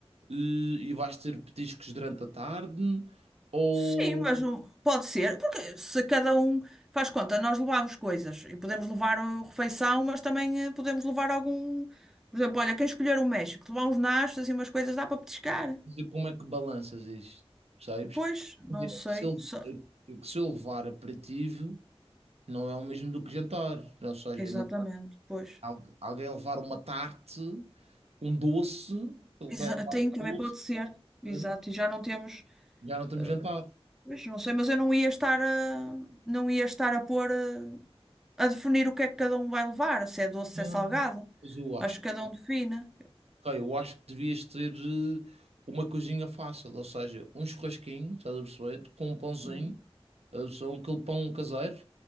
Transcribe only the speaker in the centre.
Sim, mas o- pode ser, porque se cada um faz conta, nós levamos coisas e podemos levar a refeição, mas também eh, podemos levar algum. Por exemplo, olha, quem escolher o México, levar uns nachos e umas coisas, dá para petiscar.
Pois, não
sei.
só-
Exatamente,
pois.
Exa-
Tem,
também
pode ser. Exato,
e já não temos,
eh,
pois, não sei, mas eu não ia estar a, não ia estar a pôr, eh, a definir o que é que cada um vai levar, se é doce,
se é salgado.
Acho
que cada um define.
Uhum.